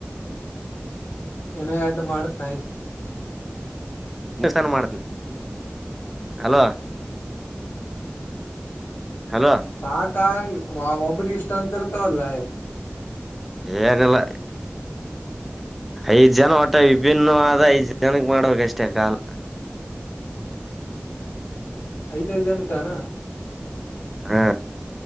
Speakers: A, on the left; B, in the centre.
A: ಇನಾ ಯಡ್ದ್ ಮಾಡ್ತೀನಿ ಆಯ್ತು
B: ದಿವಸಾನ ಮಾಡ್ತೀನಿ ಹಲೋ ಹಲೋ
A: ಸಾಕಂಗ ಒಬ್ರ ಇಷ್ಟ ಇರ್ತಾವ ಎನ್ ಲೇ
B: ಏನಿಲ್ಲ ಐದ್ ಜನ ಒಟ್ಟ ವಿಭಿನ್ನವಾದ ಐದ್ ಜ ಜನಕ್ ಮಾಡ್ಬೇಕಷ್ಟೇ ಕಾಲ್
A: ಐದು ಐದು ಜನಕ್ಕೆ ಅನು
B: ಹಾ